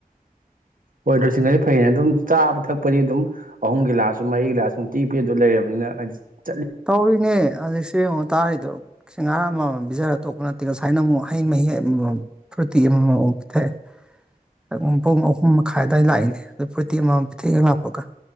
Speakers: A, on the right; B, in the centre.
A: ꯍꯣꯏ ꯂꯣꯏꯁꯤꯡꯒꯗꯤ ꯐꯩꯅꯦ ꯑꯗꯨꯝ ꯆꯥꯕ ꯊꯛꯄꯗꯤ ꯑꯗꯨꯝ ꯑꯍꯨꯝꯒꯤ ꯂꯥꯑꯁꯨ ꯃꯔꯤꯒꯤ ꯂꯥꯑꯁꯨ ꯅꯨꯡꯇꯤ ꯄꯤꯗꯨ ꯂꯩꯔꯕꯅꯤꯅ ꯑꯁ
B: ꯇꯧꯔꯤꯅꯦ ꯑꯁ ꯌꯦꯡꯉꯣ ꯇꯥꯔꯤꯗꯣ ꯁꯤꯡꯍꯔꯥ ꯑꯃꯃꯝ ꯄꯤꯖꯔ ꯑꯇꯣꯞꯄ ꯅꯠꯇꯦ ꯉꯁꯥꯏꯅ ꯑꯃꯨꯛ ꯍꯩ ꯃꯍꯤ ꯑꯃꯃꯝ ꯐꯨꯔꯇꯤ ꯑꯃꯃꯝ ꯑꯣ ꯄꯤꯊꯛꯑꯦ ꯑ ꯄꯨꯡ ꯑꯍꯨꯝ ꯃꯈꯥꯏ ꯑꯋꯥꯏ ꯂꯥꯛꯏꯅꯦ ꯑꯗꯨ ꯐꯨꯔꯇꯤ ꯑꯃꯃꯝ ꯄꯤꯊꯦꯡ ꯂꯥꯛꯄꯒ